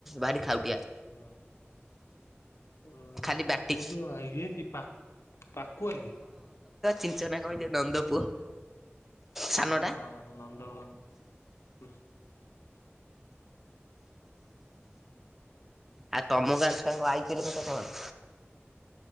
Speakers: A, in the centre; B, on the left (about 80°).
A: ଭାରି ଖାଉଟିଆ।
B: ହଁ। <unintelligible>
A: ଖାଲି ବ୍ୟାଟି
B: ଇଏ କି ପା-ପକୁଆ କି?
A: ଚିଞ୍ଚନା କଣ ଏଇ ଯେ ନନ୍ଦ ପୁଅ।
B: ହଁ
A: ସାନଟା।
B: ହଁ ନନ୍ଦ <unintelligible>
A: ଆ ତମ ଗାଁ ଛୁଆଙ୍କ ଆଇ ପି ଏଲ୍ କଥା କଣ?